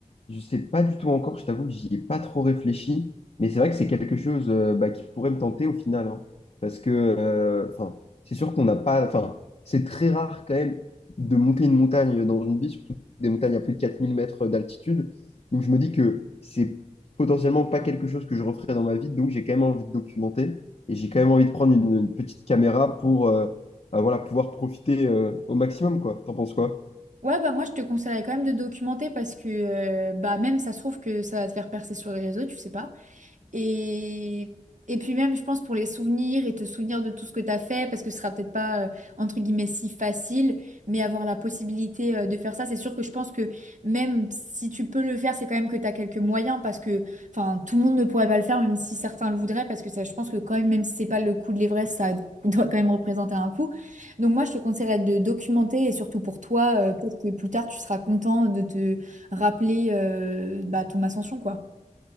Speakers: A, on the left; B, on the right.
A: Je sais pas du tout encore, je t'avoue que j'y ai pas trop réfléchi, mais c'est vrai que c'est quelque chose euh, bah, qui pourrait me tenter au final, hein. parce que euh, enfin, c'est sûr qu'on n'a pas, enfin, c'est très rare quand même de monter une montagne dans une vie, surtout des montagnes à plus de 4000 mètres d'altitude. Donc je me dis que c'est potentiellement pas quelque chose que je referai dans ma vie, donc j'ai quand même envie de documenter et j'ai quand même envie de prendre une, une petite caméra pour euh, bah, voilà, pouvoir profiter euh, au maximum, quoi. T'en penses quoi?
B: Ouais, bah moi je te conseillerais quand même de documenter parce que euh, bah même ça se trouve que ça va te faire percer sur les réseaux, tu sais pas. Et, et puis même, je pense, pour les souvenirs et te souvenir de tout ce que tu as fait, parce que ce sera peut-être pas, euh, entre guillemets, si facile, mais avoir la possibilité, euh, de faire ça, c'est sûr que je pense que même si tu peux le faire, c'est quand même que tu as quelques moyens, parce que, enfin, tout le monde ne pourrait pas le faire, même si certains le voudraient, parce que ça, je pense que quand même, même si c'est pas le coût de l'Everest, ça <laughs> doit quand même représenter un coût. Donc moi, je te conseillerais de documenter, et surtout pour toi, euh, peut-être que plus tard, tu seras content de te rappeler, euh, bah, ton ascension, quoi.